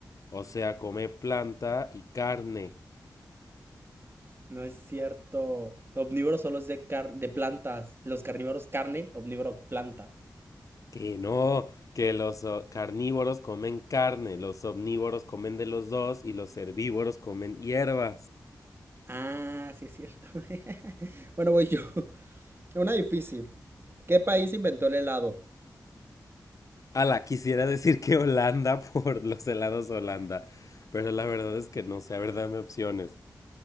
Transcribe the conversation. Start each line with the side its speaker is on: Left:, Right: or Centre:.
Left: o sea, come planta y carne.
Right: No es cierto. Omnívoro solo es de car- de plantas. Los carnívoros carne, omnívoro planta.
Left: Que no, que los o- carnívoros comen carne, los omnívoros comen de los dos y los herbívoros comen hierbas.
Right: Ah, sí es cierto. <laughs> Bueno, voy yo. <laughs> Una difícil. ¿Qué país inventó el helado?
Left: Ala, quisiera decir que Holanda <laughs> por los helados Holanda, pero la verdad es que no sé, a ver, dame opciones.